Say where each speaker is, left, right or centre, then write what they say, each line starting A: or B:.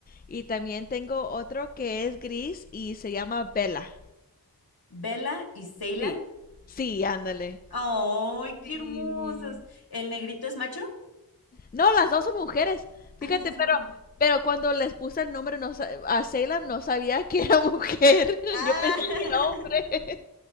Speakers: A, on the left; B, on the left.
A: y también tengo otro que es gris y se llama Bella.
B: Bella y Ceylan.
A: Sí, sí, ándale.
B: ¡Ay, qué
A: Sí.
B: hermosos! ¿El negrito es macho?
A: No, las dos son mujeres. Fíjate,
B: Ah, las dos
A: pero,
B: son hembras.
A: pero cuando les puse el nombre no sa- a Salem no sabía que era mujer. <laughs>
B: Ah,
A: Yo pensaba
B: <laughs>
A: que era hombre.